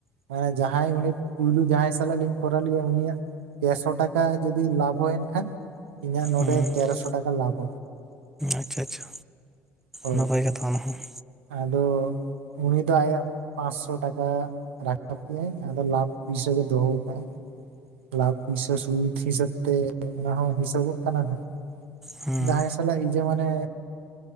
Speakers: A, on the right; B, in the centre.
A: ᱢᱟᱱᱮ ᱡᱟᱦᱟᱸᱭ ᱩᱱᱤ ᱯᱩᱭᱞᱳ ᱡᱟᱦᱟᱸᱭ ᱥᱟᱞᱟᱜ ᱞᱤᱧ ᱠᱚᱨᱟᱣ ᱞᱮᱭᱟ ᱩᱱᱤᱭᱟᱜ ᱯᱮᱥᱚ ᱴᱟᱠᱟ ᱡᱚᱫᱤ ᱞᱟᱵᱷ ᱦᱩᱭᱮᱱ ᱠᱷᱟᱱ ᱤᱧᱟᱹᱜ ᱱᱚᱰᱮ
B: ᱦᱩᱸ
A: ᱛᱮᱨᱚᱥᱚ ᱴᱟᱠᱟ ᱞᱟᱵᱷ
B: ᱟᱪᱪᱷᱟ ᱟᱪᱪᱷᱟ
A: ᱦᱳᱭ
B: ᱱᱟᱯᱟᱭ ᱠᱟᱛᱷᱟ ᱚᱱᱟ ᱦᱚᱸᱚᱸ
A: ᱟᱫᱚ ᱩᱱᱤ ᱫᱚ ᱟᱭᱟᱜ ᱯᱟᱸᱥᱥᱚ ᱴᱟᱠᱟ ᱨᱟᱠᱟᱵ ᱛᱟᱭᱮᱟᱭ ᱟᱫᱚ ᱞᱟᱵᱷ ᱯᱩᱭᱥᱟᱮ ᱫᱚᱦᱚ ᱟᱠᱟᱫᱟᱭ ᱞᱟᱵᱷ ᱯᱩᱭᱥᱟᱹ ᱥᱤᱫ ᱦᱤᱥᱟᱹᱵ ᱛᱮ ᱚᱱᱟ ᱦᱚᱸ ᱦᱤᱥᱟᱹᱵᱚᱜ ᱠᱟᱱᱟ ᱦᱟᱜ
B: ᱦᱩᱸ
A: ᱡᱟᱦᱟᱸᱭ ᱥᱟᱞᱟᱜ ᱤᱭᱟᱹ ᱢᱟᱱᱮ